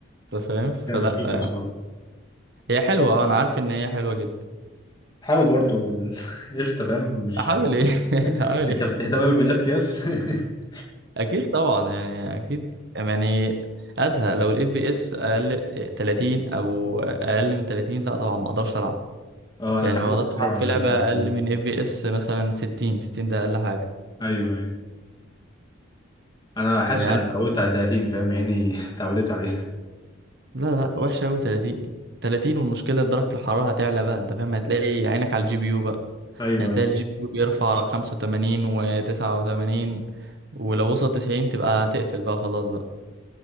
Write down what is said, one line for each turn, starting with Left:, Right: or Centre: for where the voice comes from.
Right: أنت فاهم
Left: بس
Right: فلا
Left: هي فشيخة
Right: يعني
Left: بصراحة
Right: هي حلوة اه أنا عارف إن هي حلوة جدا
Left: حاول برضو <laughs> قشطة فاهم مش
Right: أحاول إيه <laughs>
Left: <laughs>
Right: أحاول
Left: انت
Right: إيه
Left: بتهتم قوي بالاف بي اس <laughs>
Right: اكيد طبعا يعني اكيد يعني ازهق لو الاف بي اس اقل 30 او اقل من 30 لا طبعا ما اقدرش العب
Left: اه انا
Right: يعني
Left: اتعودت
Right: ما بقدرش
Left: بصراحة
Right: العب
Left: على
Right: في لعبه
Left: 30
Right: اقل من اف بي اس مثلا 60 60 ده اقل حاجه
Left: ايوه ايوه انا حاسس
Right: يعني
Left: اني اتعودت على 30 فاهم عيني <laughs> اتعودت عليه
Right: لا لا وحشه قوي 30 30 والمشكله درجه الحراره هتعلى بقى انت فاهم هتلاقي عينك على الجي بي يو بقى
Left: ايوه
Right: يعني هتلاقي
Left: ايوه
Right: الجي بي يو بيرفع 85 و89 ولو وصل 90 تبقى هتقفل بقى خلاص بقى